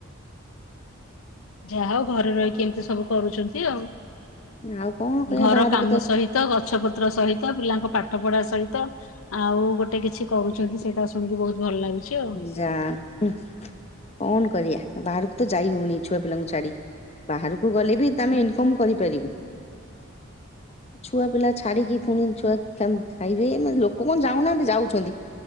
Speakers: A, on the left; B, on the left.
A: ଯାହା ହଉ ଘରେ ରହିକି ଏମିତି ସବୁ କରୁଛନ୍ତି ଆଉ
B: ଆଉ କଣ କରିବା
A: ଘର
B: ବାହାରକୁ
A: କାମ ସହି ତ ଗଛ ପତ୍ର ସହିତ ପିଲାଙ୍କ ପାଠ ପଢା ସହିତ ଆଉ ଗୋଟେ କିଛି କରୁଛନ୍ତି ସେଇଟା ଶୁଣିକି ବହୁତ ଭଲ ଲାଗୁଛି। ଆଉ
B: ଯା କଣ କରିବା ବାହାରକୁ ତ ଯାଇ ହଉନି ଛୁଆ ପିଲାଙ୍କୁ ଛାଡିକି ବାହାରକୁ ଗଲେ ବି ତମେ ଇନକମ କରିପାରିବୁ। ଛୁଆ ପିଲା ଛାଡିକି ପୁଣି ଛୁଆ ଖାଇବେ ଲୋକ କଣ ଯାଉନାହାନ୍ତି ଯାଉଛନ୍ତି।